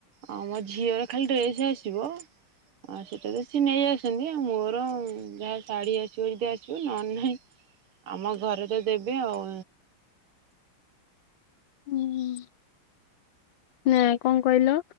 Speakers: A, on the right; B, on the left.
A: ଆ ମୋ ଝିଅର ଖାଲି ଡ୍ରେସ ଆସିବ। ଆଉ ସେଇଟା ତ ସିଏ ନେଇ ଆସନ୍ତି ଆଉ ମୋର ଯାହା ଶାଢ଼ୀ ଆସିବ ଯଦି ଆସିବ ନହେନେ ନାହିଁ। ଆମ ଘରେ ତ ଦେବେ ଆଉ।
B: ହୁଁ। ନା କଣ କହିଲ?